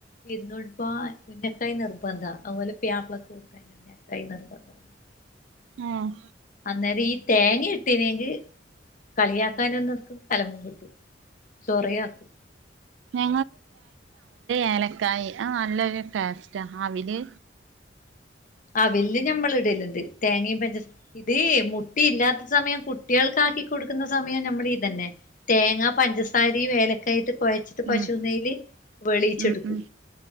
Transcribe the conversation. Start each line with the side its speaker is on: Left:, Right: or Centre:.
Left: വര്ന്നോണ്ട് ഇപ്പ ഉന്നക്കായ് നിർബന്ധാ അതുപോലെ പുയ്യാപ്പ്ളക്ക്‌ കൊടുക്കാൻ ഉന്നക്കായി നിർബന്ധം ആണ്
Right: ആഹ
Left: അന്നേരം ഈ തേങ്ങ ഇട്ടനെങ്കിൽ കളിയാക്കാനും നിക്കും കലമം കിട്ടു സൊറയാന്ന്
Right: <unintelligible> ഏലക്കായി അത്‌ നല്ലൊരു ടേസ്റ്റ അവില്
Left: അവിലില് ഞമ്മള് ഇടല്ണ്ട് തേങ്ങയും പഞ്ചസാ ഇത് മുട്ടി ഇല്ലാത്ത സമയം കുട്ടികൾക്ക ആാക്കി കൊടുക്കുന്ന സമയം ഞാമ്മളി ഇതന്നെ. തേങ്ങ പഞ്ചസാരീം ഏലക്കായിട്ട് കൊഴച്ചിട്ട്. ട്ട് പശു
Right: ഉം
Left: നെയില് വെളിയിച്ചെടുക്കും.
Right: ഉം ഉം